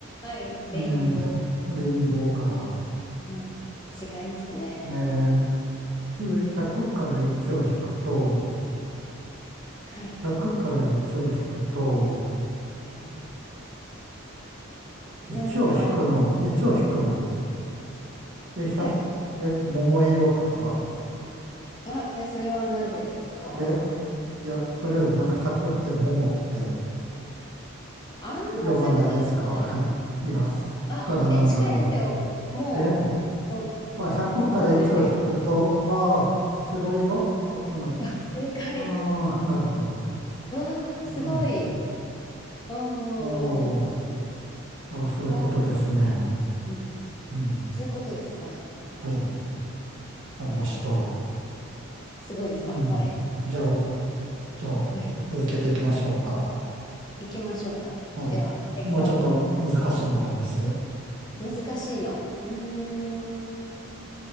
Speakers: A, on the left (about 20°); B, on the right (about 60°).
A: はい。レインボ
B: ええレインボーカラ
A: ー。うん違いますね。
B: ー。え100から1を引くと、
A: うんはい。
B: 100から1を引くと、
A: うん
B: 1を引くの、
A: なんか、
B: 1を引くの、え、100、
A: はい。
B: え、桃色とか
A: あ、え、それはなぜですか
B: え、いや、とりあえずなんか100って桃って
A: ああー、
B: 読まないですか
A: そういうことですね。
B: <laughs> いや、だ
A: あ、
B: からなんだろ
A: え、近いですよ。もう、
B: う。え、
A: も
B: あ、100から1を引くと、
A: う、もうすぐですよ。
B: ああ、白色 ?100 の、
A: あ、正解。
B: ああ、なるほど。
A: わあ、すごい。
B: うん。
A: おーおーお
B: おー、あ、そういうことですね。
A: ー。わあ、でもうん。
B: うん。
A: そういうことです。はい。
B: はい。ありました。
A: えー、すごいです。
B: うん。
A: あっぱれ。
B: じゃあ、じゃあ、
A: はい。
B: 続けていきましょうか。
A: 行きましょうか。
B: はい。
A: では、第三問。
B: もうちょっと難しいのあります。
A: 難しいの。うーん。